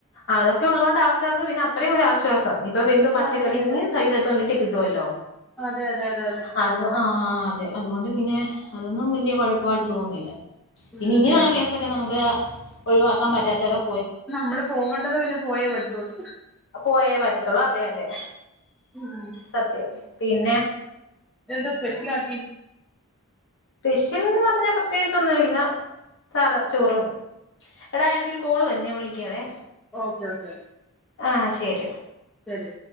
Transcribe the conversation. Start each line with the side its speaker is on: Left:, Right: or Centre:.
Left: അത ഒക്കെ ഉള്ളതൊണ്ട് ആൾക്കാക്ക് പിന്നെ അത്രയും ഒരു ആശ്വാസം ഇപ്പം എന്തു പച്ചക്കറി
Centre: അതെ അതെ അതെ
Left: മീൻ സൈതം ഇപ്പം വീട്ടിൽ കിട്ടുവലോ
Centre: അതെ അതെ അതെ അതെ
Left: അത് ആഹ് അതെ അതു കൊണ്ട് പിന്നെ അതൊന്നും വല്ല്യ കുഴപ്പായിട്ട് തോന്നുന്നില്ല.
Centre: ഉം
Left: പിന്നെ ഇങ്ങനെയുള്ള
Centre: ഉം
Left: കേസൊക്കെ നമുക്ക് ഒഴിവാക്കാൻ പറ്റാത്തതൊക്കെ
Centre: നമ്മള് പോവണ്ടത് പിന്നെ പോയേ പറ്റുള്ളൂ
Left: പോയേ പറ്റത്തുള്ളൂ അതെ അതെ
Centre: ഉം
Left: സത്യം പിന്നെ
Centre: എന്താ സ്പെഷ്യൽ ആക്കി
Left: പെഷ്യൽ എന്ന് പറഞ്ഞ പ്രത്യേകിച്ചൊന്നും ഇല്ല സാധാ ചോറും എടാ എനിക്കൊരു കോള് വരുന്നെ ഞാൻ വിളിക്കാവേ
Centre: ഓക്കെ ഓക്കെ
Left: ആഹ് ശരി ഡാ
Centre: ശരി